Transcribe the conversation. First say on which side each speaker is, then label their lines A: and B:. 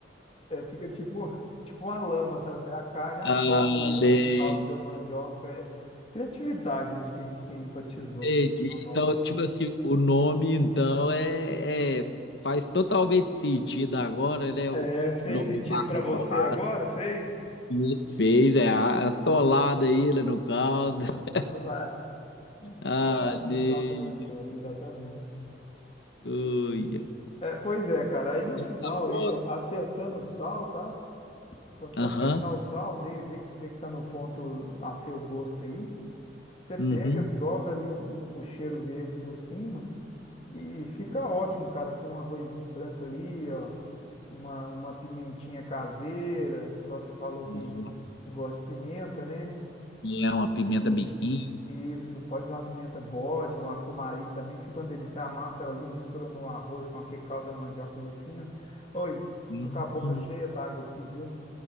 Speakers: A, on the left; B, on the left.
A: É, fica tipo, tipo uma lama, sabe? A carne atola
B: Ah,
A: ali no,
B: lei.
A: no caldo da mandioca. É criatividade, né? De quem, de quem batizou,
B: Entendi.
A: que é o
B: Então,
A: nome.
B: tipo assim, o nome, então, é, é- faz totalmente sentido agora, né?
A: É,
B: O,
A: fez
B: o nome
A: sentido
B: Vaca
A: pra
B: Atolada
A: você agora? Fez?
B: né? fez, é a atolada aí né, no caldo.
A: <laughs>
B: <laughs>
A: Atolado,
B: Ah,
A: atolado
B: Ney,
A: no caldo da mandioca,
B: viu?
A: exatamente.
B: Ui,
A: É, pois é, cara. Aí no
B: Tá
A: final
B: pronto?
A: aí, ó, acertando o sal, tá? Quando
B: Aham,
A: você acertar o sal, vê, vê, que- vê que tá no ponto a seu gosto aí. Você pega,
B: uhum.
A: joga ali o, o- o cheiro verde por cima e fica
B: Uhum.
A: ótimo, cara, com um arrozinho branco ali, ó, uma, uma pimentinha caseira, igual você falou que,
B: Nossa,
A: que gosta de pimenta, né?
B: é uma pimenta
A: Pimentinho.
B: biquinho.
A: Isso, pode usar uma pimenta bode, uma cumari também. Fica uma delícia. A massa, ela ali mistura no arroz com aquele caldo da mandioca ali assim, ó. Oi,
B: Hum.
A: tô com a boca cheia d'água aqui, viu?